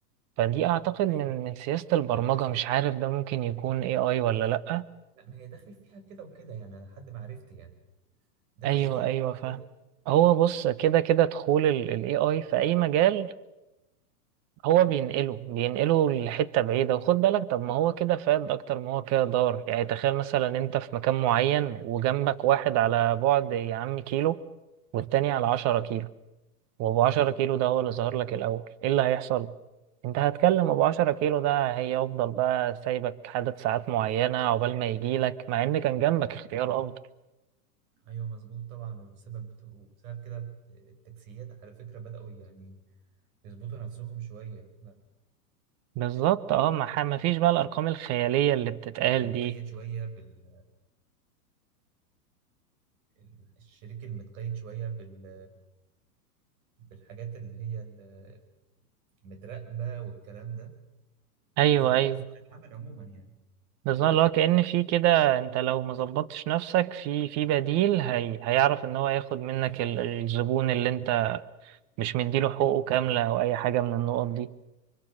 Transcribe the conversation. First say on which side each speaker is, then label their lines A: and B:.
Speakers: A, on the right; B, on the right.
A: فدي أعتقد
B: أيوه
A: من من سياسة البرمجة مش عارف ده ممكن يكون AI ولا لأ
B: لا ما هي داخل فيها كده وكده يعني أنا لحد ما عرفت يعني داخل
A: أيوه
B: فيها كده
A: أيوه
B: وكده
A: فاهم هو بص كده كده دخول ال ال AI في أي مجال هو بينقله بينقله لحتة بعيدة وخد بالك طب ما هو كده فاد أكتر ما هو كده ضار يعني تخيل مثلا أنت في مكان معين وجنبك واحد على بعد يا عم كيلو والتاني على عشرة كيلو وابو 10
B: أيوه
A: كيلو ده هو اللي ظهر لك الاول ايه اللي هيحصل انت هتكلم ابو 10 كيلو ده هيفضل بقى سايبك عدد ساعات معينة عقبال ما يجيلك مع ان كان جنبك اختيار افضل
B: أيوه مظبوط طبعا وسبب وسبب كده التاكسيات على فكرة بدأوا يعني يظبطوا نفسهم شوية
A: بالظبط اه ما ح- ما فيش بقى الارقام الخيالية اللي بتتقال
B: متقيد
A: دي
B: شوية بال ال- الشريك المتقيد شوية بال بالحاجات اللي هي ال- متراقبة والكلام ده
A: ايوه
B: ظبط
A: ايوه
B: الاسواق العمل عموما يعني
A: بالظبط اللي هو كأن في كده انت لو ما ظبطتش نفسك في في بديل هي هيعرف ان هو ياخد منك ال- الزبون اللي انت مش مديله حقوقه كاملة او اي حاجة من النقط دي